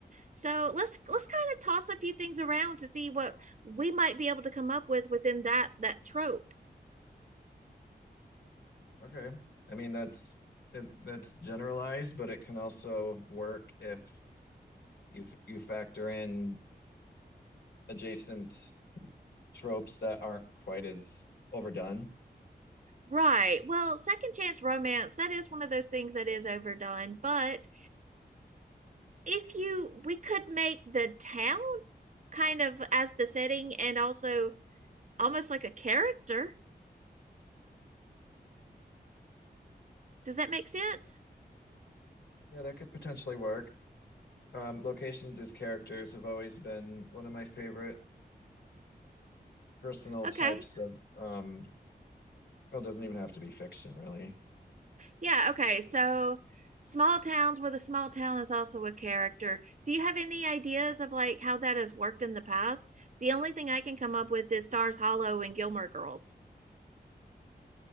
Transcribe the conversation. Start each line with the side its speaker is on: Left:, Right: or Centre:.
Right: So let's let's kind of toss a few things around to see what we might be able to come up with within that that trope.
Left: Okay. I mean that's it, that's generalized, but it can also work if you f- you factor in adjacent tropes that aren't quite as overdone.
Right: Right. Well, second chance romance, that is one of those things that is overdone, but if you we could make the town kind of as the setting and also almost like a character. Does that make sense?
Left: Yeah, that could potentially work. Um, locations as characters have always been one of my favorite personal
Right: Okay.
Left: types of, um, well, it doesn't even have to be fiction, really.
Right: Yeah, okay. So small towns where the small town is also a character. Do you have any ideas of like how that has worked in the past? The only thing I can come up with is Stars Hollow and Gilmore Girls.